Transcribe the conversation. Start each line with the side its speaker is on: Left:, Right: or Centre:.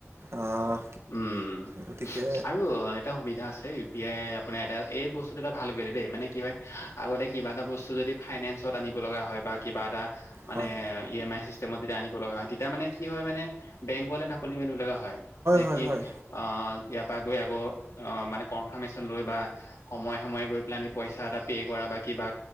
Right: আহ,
Left: উম
Right: গতিকে
Left: আৰু এটা সুবিধা আছে ই পি আই আপোনাৰ এটা এই বস্তুত এটা ভাল কৰিলে মানে কি হয়, আগতে কিবা এটা বস্তু যদি ফাইনেন্সত আনিব লগা হয় বা কিবা এটা মানে
Right: হয়
Left: ই এম আই চিষ্টেমত যেদি আনিব লগা হয় তেতিয়া মানে কি হয় মানে বেংকলে ঢাপলি মেলিব লগা হয়। হয়, যে
Right: হয়
Left: কি
Right: হয়
Left: অ' ইয়াৰ পৰা গৈ আকৌ অ' মানে কনফাৰ্মেশচন লৈ বা, সময়ে-সময়ে গৈ পেলাই পইচা এটা পে' কৰা কিবা